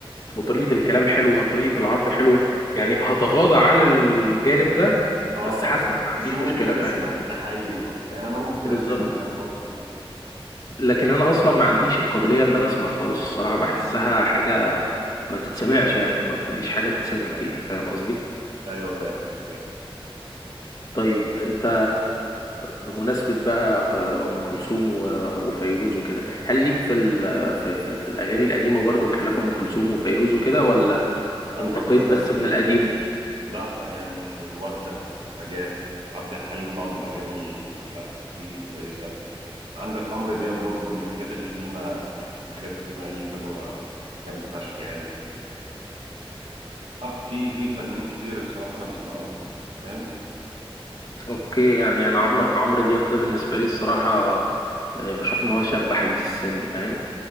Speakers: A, on the left (about 40°); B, on the right (about 70°).
A: وطريقة الكلام حلوة طريقة العرض حلوة يعني هتغاضى عن الجانب ده
B: اه
A: بس هسمع ما عنديش
B: بس ممكن
A: مشكلة فاهم
B: تسمع ده حقيقي برضه يعني انا <laughs> ممكن
A: بالظبط
B: اتفق معاك برضه في النقطه دي
A: لكن انا اصلا ما عنديش القابلية ان انا اسمع خالص الصراحة بحسها حاجة ما تتسمعش يعني ما ما فيش حاجة تتسمع فيها فاهم قصدي
B: ايوه فاهم فاهم
A: طيب انت بمناسبة بقى آه، ام كلثوم و- وفيروز وكده هل ليك في ال في في, في الاغاني القديمة برضو بخلاف ام كلثوم وفيروز وكده ولا
B: عندك
A: انتقيت
B: مثلا
A: بس من القديم
B: لا يعني ورده ونجاة وعبد الحليم بعض الاغاني لا ليه كويسه عندك عمرو دياب برضه من الحاجات القديمه فيها في حاجات قديمه ليه حلوه جامده فشخ يعني اه في في فنانين كتير الصراحه انا بسمع له فاهم
A: اوكي
B: يعني
A: يعني انا عمرو عمرو دياب ده بالنسبه لي الصراحه آه، بشوف ان هو شاب حديث السن فاهم